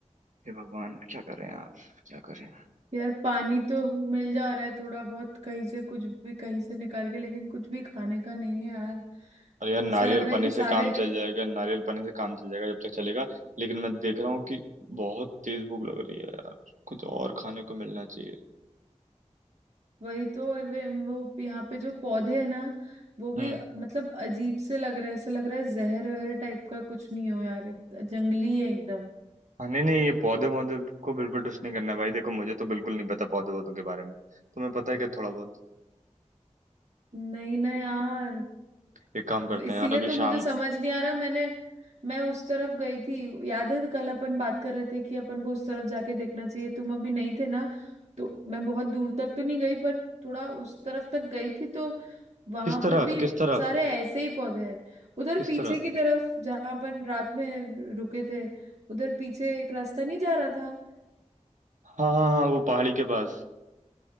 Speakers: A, on the right; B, on the right.
A: हे भगवान क्या करें यार क्या करें
B: यार पानी तो मिल जा रहा है थोड़ा बहुत कहीं से कुछ भी कहीं से निकाल के लेकिन कुछ भी खाने का नहीं है यार
A: और यार नारियल
B: ऐसा लग रहा
A: पानी
B: है कि
A: से
B: सारे
A: काम चल जाएगा नारियल पानी से काम चल जाएगा जब तक चलेगा लेकिन मैं देख रहा हूँ कि बहुत तेज भूख लग रही है यार कुछ और खाने को मिलना चाहिए
B: वही तो और वे वो यहाँ पे जो पौधे हैं ना वो भी
A: हम्म
B: मतलब अजीब से लग रहा है ऐसा लग रहा है जहर वहर टाइप का कुछ नहीं हो यार एक- जंगली है एकदम
A: हाँ, नहीं नहीं ये पौधे पौधे को बिल्कुल टच नहीं करना है भाई देखो मुझे तो बिल्कुल नहीं पता पौधे पौधों के बारे में तुम्हें पता है क्या थोड़ा बहुत
B: नहीं ना यार
A: एक काम करते
B: इसीलिए
A: हैं यार अभी
B: तो मुझे
A: शाम
B: समझ नहीं आ रहा मैंने मैं उस तरफ गई थी याद है कल अपन बात कर रहे थे कि अपन को उस तरफ जाके देखना चाहिए तुम अभी नहीं थे ना तो मैं बहुत दूर तक तो नहीं गई पर थोड़ा उस तरफ तक गई थी तो वहां
A: किस तरफ
B: पे भी
A: किस तरफ
B: सारे ऐसे ही पौधे हैं उधर
A: किस
B: पीछे
A: तरफ
B: की तरफ जहां अपन रात में रुके थे उधर पीछे एक रास्ता नहीं जा रहा था
A: हाँ हाँ हाँ वो पहाड़ी के पास